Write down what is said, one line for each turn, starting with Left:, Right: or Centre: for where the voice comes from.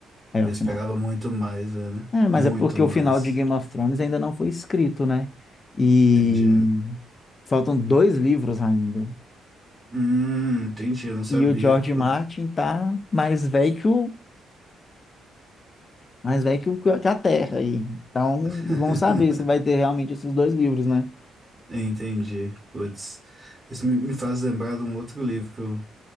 Left: Era
Right: Eu
Left: o
Right: esperava
Left: final.
Right: muito mais, né?
Left: É, mas
Right: Muito
Left: é porque
Right: mais.
Left: o final de Game of Thrones ainda não foi escrito, né? E
Right: Entendi. é.
Left: faltam dois livros ainda.
Right: Hum, entendi, eu não sabia.
Left: E o George
Right: Eu-
Left: Martin tá mais velho que o, mais velho que, o- que a Terra aí. Então,
Right: <laughs>
Left: vamos saber se vai ter realmente esses dois livros, né?
Right: Entendi. Putz, isso me, me faz lembrar de um outro livro que eu,